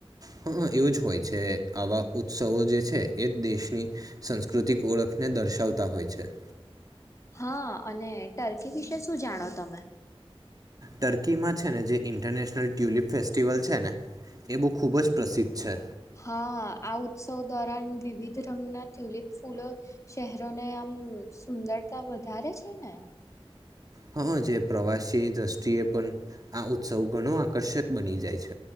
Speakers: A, on the right (about 40°); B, on the left (about 30°).
A: હ અ, એવું જ હોય છે આવા ઉત્સવો જે છે એ દેશની સંસ્કૃતિક ઓળખને દર્શાવતા હોય છે
B: હા, અને ટર્કી વિશે શું જાણો તમે
A: ટર્કીમાં છે ને જે ઇન્ટરનેશનલ ટ્યુલિપ ફેસ્ટિવલ છે ને એ બહુ ખુબ જ પ્રસિદ્ધ છે
B: હા આ ઉત્સવ દોરાન વિવિધ રંગના ટ્યુલિપ ફૂલો શહેરોને આમ સુંદરતા વધારે છે ને
A: હા જે પ્રવાસી દ્રષ્ટિએ પણ આ ઉત્સવ ઘણો આકર્ષક બની જાય છે